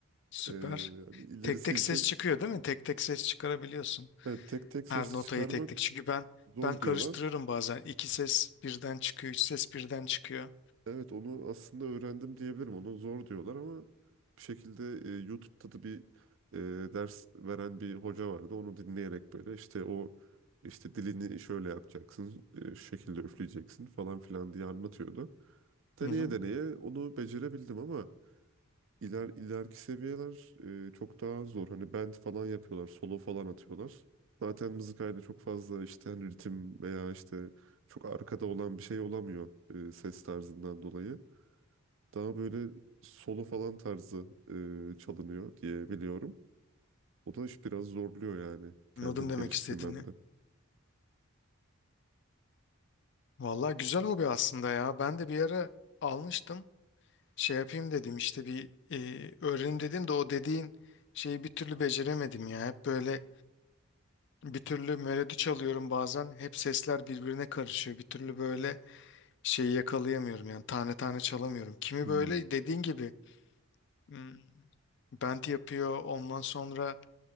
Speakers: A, on the left; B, on the right.
A: Süper.
B: e, hani ilerisi
A: Tek tek
B: için
A: ses çıkıyor değil mi? Tek tek ses çıkarabiliyorsun.
B: evet, tek tek ses
A: Her notayı
B: çıkarmak
A: tek tek. Çünkü ben
B: zor
A: ben karıştırıyorum
B: diyorlar.
A: bazen. İki ses birden çıkıyor, üç ses birden çıkıyor.
B: Evet onu aslında öğrendim diyebilirim. Onu zor diyorlar ama bir şekilde e, YouTube'da da bir e, ders veren bir hoca vardı. Onu dinleyerek böyle işte o işte dilini şöyle yapacaksın, e, şu şekilde üfleyeceksin falan filan diye anlatıyordu. Deneye
A: Hı hı.
B: deneye onu becerebildim ama iler ileriki seviyeler e, çok daha zor. Hani band falan yapıyorlar, solo falan atıyorlar. Zaten mızıkayla çok fazla işte hani ritim veya işte çok arkada olan bir şey olamıyor e, ses tarzından dolayı. Daha böyle solo falan tarzı e, çalınıyor diye biliyorum. O da iş biraz zorluyor yani kendimi
A: Anladım demek
B: geliştirmemde.
A: istediğini. Vallahi güzel hobi aslında ya. Ben de bir ara almıştım. şey yapayım dedim işte bir e, öğrenim dedim de o dediğin şeyi bir türlü beceremedim ya. Hep böyle bir türlü melodi çalıyorum bazen. Hep sesler birbirine karışıyor. Bir türlü böyle şeyi yakalayamıyorum yani tane tane çalamıyorum. Kimi
B: Hmm,
A: böyle dediğin gibi hmm, bend yapıyor ondan sonra